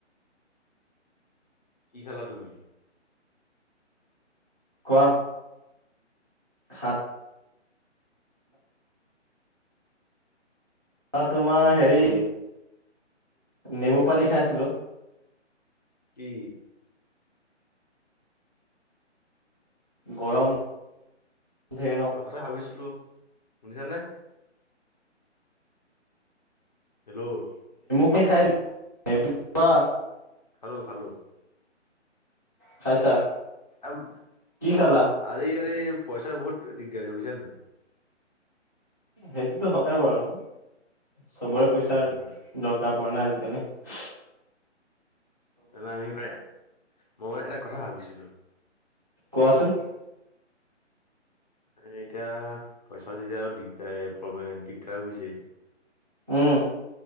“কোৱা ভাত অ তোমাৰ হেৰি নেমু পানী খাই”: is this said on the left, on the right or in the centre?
Right